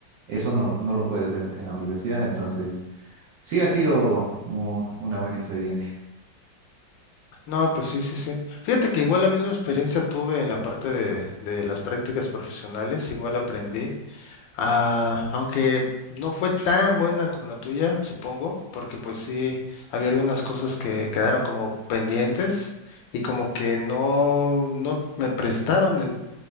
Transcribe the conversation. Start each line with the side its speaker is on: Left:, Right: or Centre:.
Right: Eso no lo, no lo puedes hacer en la universidad. Entonces, sí ha sido mu- una buena experiencia.
Left: No, pues sí, sí, sí. Fíjate que igual la misma experiencia tuve en la parte de, de las prácticas profesionales, igual aprendí, ah, aunque no fue tan buena como la tuya, supongo, porque pues sí, había algunas cosas que quedaron como pendientes y como que no, no me prestaron el,